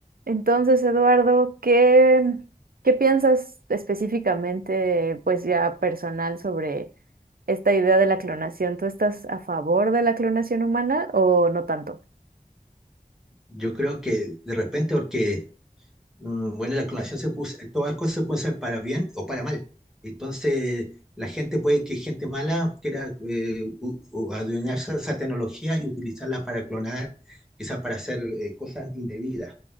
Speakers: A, on the right; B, in the centre.
A: Entonces, Eduardo, ¿qué, qué piensas específicamente, pues ya personal, sobre esta idea de la clonación? ¿Tú estás a favor de la clonación humana o no tanto?
B: Yo creo que de repente, porque, mm, bueno, la clonación se puso, todas las cosas se pueden hacer para bien o para mal. Entonces, la gente puede que gente mala quiera eh, u- u- adueñarse de esa tecnología y utilizarla para clonar, quizás para hacer eh, cosas indebidas